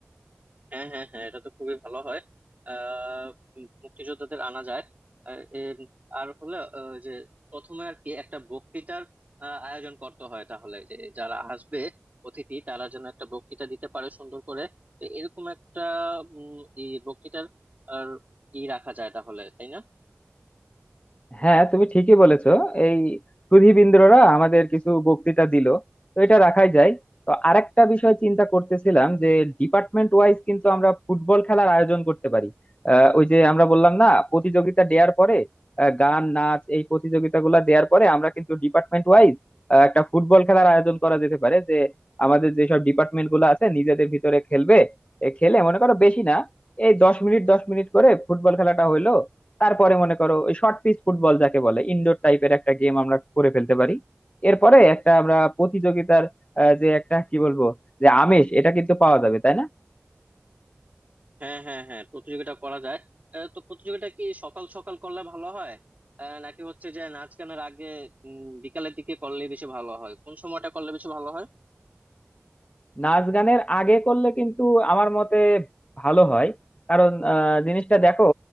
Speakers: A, on the right; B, on the left.
A: হ্যাঁ হ্যাঁ হ্যাঁ এটা তো খুবই ভালো হয় আহ উম, মুক্তিযোদ্ধাদের আনা যায় আর এর- আর হলো আহ, যে প্রথমে আর কি একটা বক্তৃতার আহ, আয়োজন করতে হয় তাহলে যে যারা আসবে অতিথি তারা যেন একটা বক্তৃতা দিতে পারে সুন্দর করে তো এরকম একটা উম, ই বক্তৃতার আর, ই রাখা যায় তাহলে তাই না
B: হ্যাঁ তুমি ঠিকই বলেছো এই সুধীবৃন্দরা আমাদের কিছু বক্তৃতা দিল তো এটা রাখাই যায় তো আরেকটা বিষয় চিন্তা করতেছিলাম যে ডিপার্টমেন্ট ওয়াইজ কিন্তু আমরা ফুটবল খেলার আয়োজন করতে পারি আহ, ওই যে আমরা বললাম না প্রতিযোগিতা দেওয়ার পরে আহ, গান নাচ এই প্রতিযোগিতাগুলো দেওয়ার পরে আমরা কিন্তু ডিপার্টমেন্ট ওয়াইজ একটা ফুটবল খেলার আয়োজন করা যেতে পারে যে আমাদের যেসব ডিপার্টমেন্ট গুলো আছে নিজেদের ভিতরে খেলবে এ খেলে মনে করো বেশি না এই দশ মিনিট দশ মিনিট করে ফুটবল খেলাটা হইলো তারপরে মনে করো ওই শর্ট পিচ ফুটবল যাকে বলে ইনডোর টাইপের একটা গেম আমরা করে ফেলতে পারি এরপরে একটা আমরা প্রতিযোগিতার আহ, যে একটা কি বলবো যে আমেজ এটা কিন্তু পাওয়া যাবে তাই না
A: হ্যাঁ হ্যাঁ হ্যাঁ প্রতিযোগিতা করা যায় আহ, তো প্রতিযোগিতা কি সকাল সকাল করলে ভালো হয় আহ, নাকি হচ্ছে যে নাচ গানের আগে উম, বিকালের দিকে করলে বেশি ভালো হয় কোন সময়টা করলে বেশি ভালো হয়
B: নাচ গানের আগে করলে কিন্তু আমার মতে ভালো হয় কারণ আহ, জিনিসটা দেখো